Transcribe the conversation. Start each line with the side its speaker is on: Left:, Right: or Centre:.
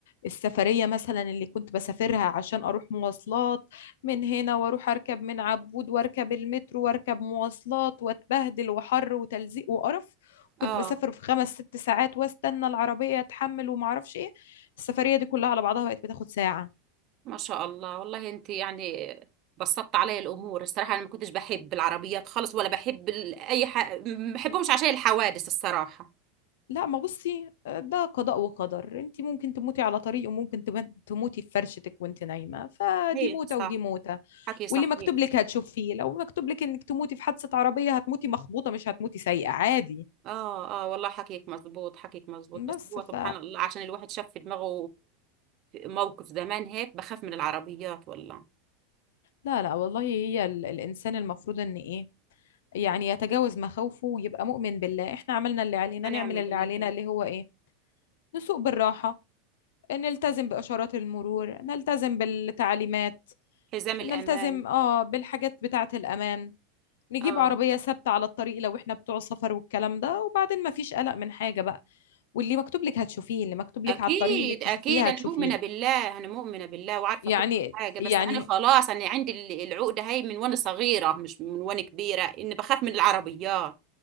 Left: السفريه مثلا اللي كنت بسافرها عشان اروح مواصلات من هنا واروح اركب من عبود واركب المترو واركب مواصلات واتبهدل وحر وتلزيق وقرف كنت
Right: اه
Left: بسافر في خمس ست ساعات واستنى العربيه اتحمل وما اعرفش ايه السفريه دي كلها على بعضها بقت بتاخد ساعه
Right: ما شاء الله والله انت يعني بسطت علي الامور الصراحة انا ما كنتش بحب العربيات خالص ولا بحب ال- اي ح... ما بحبهمش عشان الحوادث الصراحة
Left: لا ما بصي ده قضاء وقدر انت ممكن تموتي على طريق وممكن تم- تموتي في فرشتك وانت نايمة فدي
Right: هي
Left: موتة
Right: صح
Left: ودي موتة
Right: حكي صحيح
Left: واللي مكتوب لك هتشوفيه لو مكتوب لك انك تموتي في حادثة عربية هتموتي مخبوطة مش هتموتي سايقة عادي
Right: اه اه والله حكيك مظبوط حكيك مظبوط بس
Left: بس
Right: هو
Left: ف
Right: سبحان الله عشان الواحد شاف في دماغه موقف زمان هيك بخاف من العربيات والله
Left: لا لا والله هي ال... الانسان المفروض ان ايه يعني يتجاوز مخاوفه ويبقى مؤمن بالله احنا عملنا اللي علينا
Right: ونعم
Left: نعمل اللي
Right: بالله
Left: علينا اللي هو ايه نسوق بالراحة نلتزم بإشارات المرور نلتزم بالتعليمات
Right: حزام الأمان
Left: نلتزم اه بالحاجات بتاعة الأمان نجيب
Right: اه
Left: عربية ثابتة على الطريق لو احنا بتوع سفر والكلام ده وبعدين مفيش قلق من حاجة بقى واللي مكتوب لك هتشوفيه اللي مكتوب
Right: أكيد
Left: لك على الطريق انك
Right: أكيد
Left: تشوفيه هتشوفيه
Right: أنا مؤمنة بالله أنا مؤمنة بالله وعارفة
Left: يعني
Right: كل حاجة
Left: يعني
Right: بس أنا خلاص أنا عندي ال- العقدة هاي من وأنا صغيرة مش من وأنا كبيرة إني بخاف من العربيات